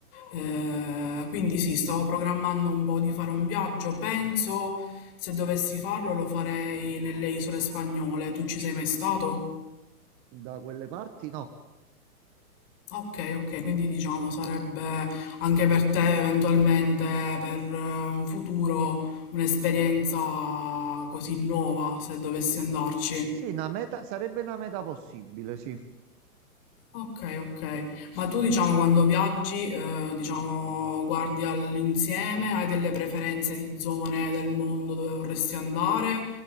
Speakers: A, on the left; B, on the right.
A: Eh, quindi sì, stavo programmando un po' di fare un viaggio. Penso se dovessi farlo lo farei nelle isole spagnole. Tu ci sei mai stato?
B: Da quelle parti no.
A: Ok, ok, quindi diciamo sarebbe anche per te eventualmente per eh, un futuro un'esperienza così nuova se dovessi andarci.
B: Sì, una meta, sarebbe una meta possibile, sì.
A: Okay, okay. Ma tu diciamo quando viaggi, eh, diciamo, guardi all'insieme, hai delle preferenze di zone del mondo dove vorresti andare,